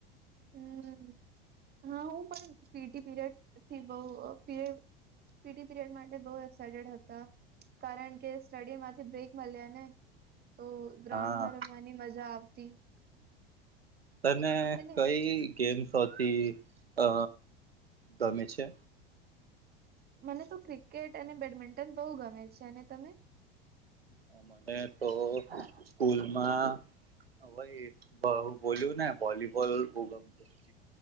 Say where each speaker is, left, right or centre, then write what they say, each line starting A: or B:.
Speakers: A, on the right; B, on the right.
A: હમ હા હું પણ પીટી પીરિયડ થી બહ પી પીડી પીરિયડ માટે બહુ એક્સાઈટેડ હતા કારણ કે સ્ટડી માંથી બ્રેક મળ્યા ને તો ગ્રાઉન્ડમાં
B: હા
A: રમવાની મજા આવતી
B: તને
A: અને
B: કઈ ગેમ્સોથી અ ગમે છે
A: મને તો ક્રિકેટ અને બેડમિન્ટન બહુ ગમે છે અને તમે
B: હ મને તો સ્કૂલમાં ભાઈ હું બોલ્યું ને વોલીબોલ બુ ગમતોું